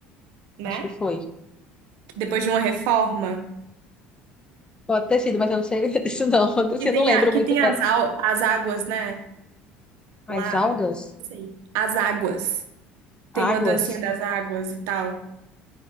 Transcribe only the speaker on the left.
Acho que foi.
Pode ter sido, mas eu não sei <laughs> disso não. <laughs> Assim,
Eu
não lembro
muito
bem.
As
algas,
águas.